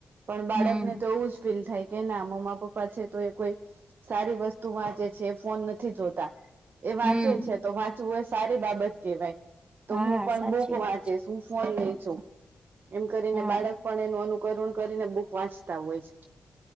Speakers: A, on the right; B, on the right.
A: પણ બાળકને
B: હમ
A: તો એવું જ ફીલ થાય કે ના મમ્મા પપ્પા છે તો એ કોઈ સારી વસ્તુ વાંચે છે એ ફોન નથી જોતા એ વાંચે
B: હમ
A: છે તો વાંચવું એ સારી બાબત કહેવાય તો
B: હા
A: હું પણ
B: સાચી
A: બુક
B: વાત
A: વાંચીશ
B: છે
A: તું ફોન નઈ છો એમ કરીને
B: હા
A: બાળક પણ એનું અનુકરણ કરીને બુક વાંચતા હોય છે